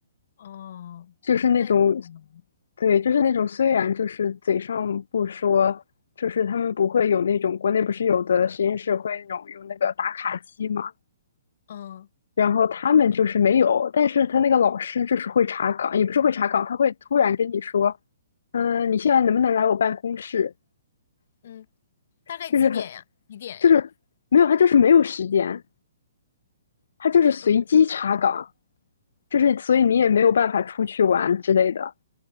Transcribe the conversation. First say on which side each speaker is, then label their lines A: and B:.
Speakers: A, on the left; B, on the left.
A: 哦，
B: 就是那种，
A: 那有可能。
B: 对，就是那种，虽然就是嘴上不说，就是他们不会有那种国内不是有的实验室会那种用那个打卡机嘛，
A: 嗯
B: 然后他们就是没有，但是他那个老师就是会查岗，也不是会查岗，他会突然跟你说，嗯、你现在能不能来我办公室？
A: 嗯，大概几点呀？
B: 就是很，
A: 几点呀？
B: 就是没有，他就是没有时间，他就是随机查岗，
A: 嗯
B: 就是所以你也没有办法出去玩之类的。